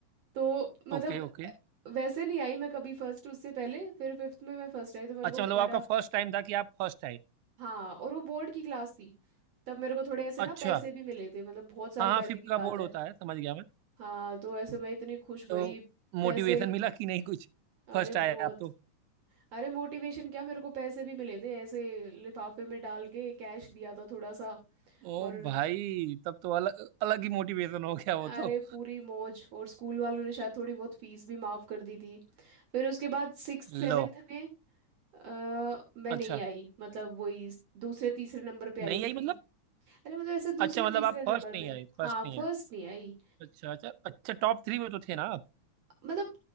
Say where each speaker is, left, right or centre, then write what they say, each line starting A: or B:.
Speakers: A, on the right; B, on the right.
A: तो मतलब
B: Okay okay
A: वैसे नहीं आई मैं कभी फर्स्ट उससे पहले फिर फिफ्थ में मैं फर्स्ट आई तो मेरे
B: अच्छा
A: को
B: मतलब आपका
A: बड़ा
B: फर्स्ट टाइम था कि आप फर्स्ट आए
A: हाँ और वो बोर्ड की क्लास थी तब मेरे को थोड़े ऐसे ना
B: अच्छा
A: पैसे भी मिले थे मतलब बहुत साल
B: हाँ
A: पहले
B: हाँ फिफ्थ
A: की
B: का
A: बात
B: बोर्ड
A: है
B: होता है समझ गया मैं
A: हाँ तो ऐसे मैं इतनी खुश भाई
B: तो मोटिवेशन
A: पैसे
B: मिला कि नहीं कुछ
A: अरे
B: फर्स्ट
A: बहुत
B: आए आप तो
A: अरे मोटिवेशन क्या मेरे को पैसे भी मिले थे ऐसे लिफाफे में डाल के कैश दिया था थोड़ा सा
B: ओ
A: और
B: भाई तब तो अलग अलग ही मोटिवेशन हो गया वो
A: अरे
B: तो
A: पूरी मौज और स्कूल वालों ने शायद थोड़ी बहुत फीस भी माफ कर दी थी फिर उसके बाद सिक्स
B: लो
A: सेवेंथ में अ, मैं नहीं
B: अच्छा
A: आई मतलब वही दूसरे तीसरे नंबर पे
B: नहीं
A: आई होंगी
B: आई मतलब
A: अरे मतलब ऐसे दूसरे
B: अच्छा मतलब
A: तीसरे
B: आप
A: नंबर
B: फर्स्ट नहीं
A: पे
B: आए
A: हाँ
B: फर्स्ट नहीं
A: फर्स्ट
B: आए
A: नहीं आई
B: अच्छा अच्छा अच्छा टॉप थ्री में तो थे ना आप
A: मतलब